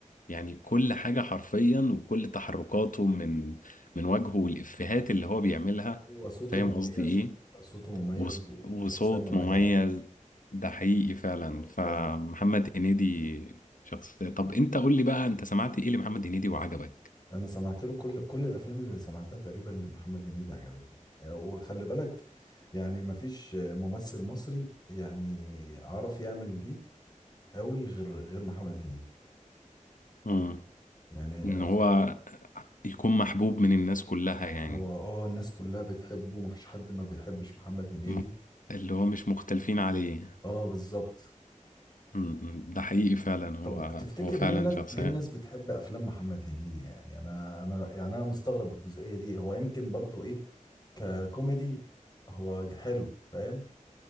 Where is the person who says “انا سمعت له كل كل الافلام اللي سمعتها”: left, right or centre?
Left